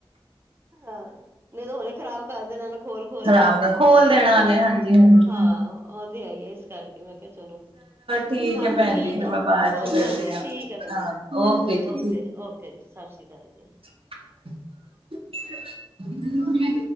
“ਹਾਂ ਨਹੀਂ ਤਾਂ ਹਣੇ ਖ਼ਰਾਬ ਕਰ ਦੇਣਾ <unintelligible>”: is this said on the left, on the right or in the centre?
Right